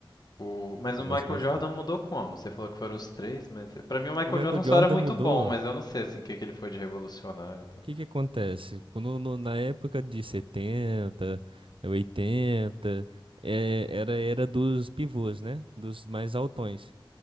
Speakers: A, on the left; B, on the right.
A: O... Mas
B: Eu
A: o Michael
B: gosto bastante.
A: Jordan mudou como? Você falou que foram os três, mas pra mim o Michael
B: O Michael
A: Jordan só
B: Jordan
A: era muito
B: mudou.
A: bom, mas
B: O
A: eu não sei assim o que que ele foi de revolucionário e tal.
B: que que acontece? Quando, no- na época de setenta oitenta é, era a era dos pivôs, né? Dos mais altões.